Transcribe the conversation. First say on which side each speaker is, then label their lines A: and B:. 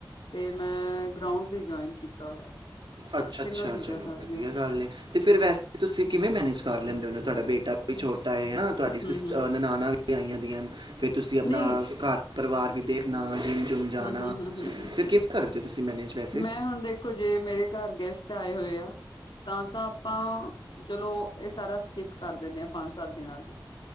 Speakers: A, on the left (about 80°); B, on the right (about 80°).
A: ਤੇ, ਮੈਂ ਗ੍ਰਾਉਂਡ ਵੀ ਜੁਆਇਨ ਕੀਤਾ ਹੋਇਆ।
B: ਅੱਛਾ-ਅੱਛਾ,
A: ਤਿੰਨੋ ਚੀਜ਼ਾਂ
B: ਚਲੋ
A: ਕਰਦੀ
B: ਵਧੀਆ
A: ਆ ਮੈਂ
B: ਗੱਲ ਏ। ਤੇ ਫਿਰ, ਵੈਸੇ ਤੁਸੀਂ ਕਿਵੇਂ ਮੈਨੇਜ ਕਰ ਲੈਂਦੇ
A: ਹੂੰ, ਹੂੰ,
B: ਹੋ, ਤੁਹਾਡਾ ਬੇਟਾ ਵੀ ਛੋਟਾ ਹੈ, ਤੁਹਾਡੀ
A: ਹੂੰ
B: ਸੀਸ ਨਨਾਣਾ ਆਈਆਂ ਦੀਆਂਨ, ਫਿਰ ਤੁਸੀਂ ਆਪਣਾ
A: ਨਹੀਂ
B: ਘਰ-ਪਰਿਵਾਰ ਵੀ ਦੇਖਣਾ, ਜਿੰਮ ਜੁਮ
A: ਹੂੰ,
B: ਜਾਣਾ,
A: ਹੂੰ, ਹੂੰ, ਹੂੰ, ਹੂੰ।
B: ਫਿਰ ਕਿਵੇਂ ਕਰਦੇ ਹੋ, ਤੁਸੀਂ ਮੈਨੇਜ ਵੈਸੇ?
A: ਮੈਂ ਹੁਣ ਦੇਖੋ, ਜੇ ਮੇਰੇ ਘਰ ਗੈਸਟ ਆਏ ਹੋਏ ਆ ਤਾਂ-ਤਾਂ ਆਪਾਂ, ਚਲੋ ਇਹ ਸਾਰਾ ਸ੍ਕੀਪ ਕਰ ਦਿੰਨੇ ਹਾਂ, ਪੰਜ-ਸੱਤ ਦਿਨਾਂ ਲਈ।